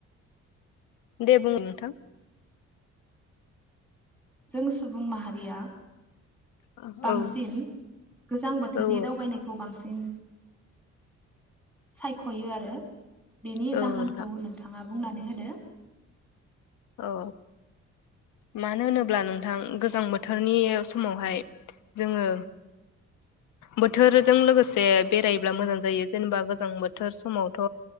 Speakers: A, on the left; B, in the centre.
A: दे बुं नोंथां
B: जों सुबुं माहारिया
A: औ
B: बांसिन
A: औ
B: गोजां बोथोरनि
A: औ
B: दावबायनायखौ बांसिन सिन सायख'यो आरो बेनि
A: औ
B: जाहोनखौ
A: नोंथां
B: नोंथाङा बुंनानै होदो
A: औ मानो होनोब्ला नोंथां गोजां बोथोरनि समावहाय जोङो बोथोरजों लोगोसे बेरायोब्ला मोजां जायो जेनेबा गोजां बोथोर समावथ'